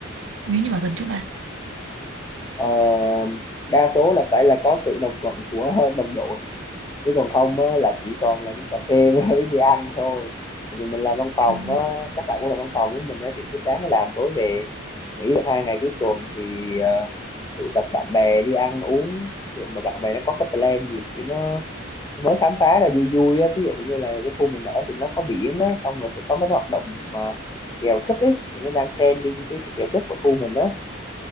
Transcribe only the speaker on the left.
Ờ, đa số là phải là có sự đồng thuận của đồng đội chứ còn không á, là chỉ toàn là đi cà phê <laughs> với đi ăn thôi tại vì mình làm văn phòng
á, các bạn cũng làm văn phòng với mình á, thì cứ sáng làm tối về nghỉ được hai ngày cuối tuần thì ờ, tụ tập bạn bè đi ăn uống rồi mà bạn bè nó có cái plan gì mà kiểu nó mới khám phá ra vui vui á ví dụ như là cái khu mình ở thì nó có biển á xong rồi sẽ có mấy cái hoạt động mà chèo súp ấy nó đang trending cái cái chèo súp ở khu mình á